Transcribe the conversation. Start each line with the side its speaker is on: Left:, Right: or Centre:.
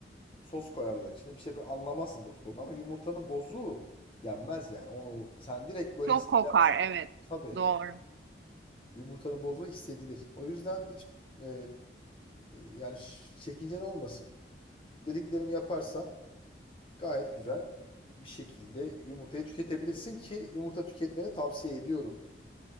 Left: Sos koyarlar içine bir şey koy. Anlamazsın bozuk olduğunu ama yumurtanın bozuğu yenmez yani. Onu sen direkt böyle
Right: Çok
Left: hissedersin.
Right: kokar, evet.
Left: Tabii.
Right: Doğru.
Left: yumurtanın bozma hissedilir. O yüzden hiç eee, yani ş- çekincen olmasın. Dediklerimi yaparsan gayet güzel bir şekilde yumurtayı tüketebilirsin ki yumurta tüketmeni tavsiye ediyorum.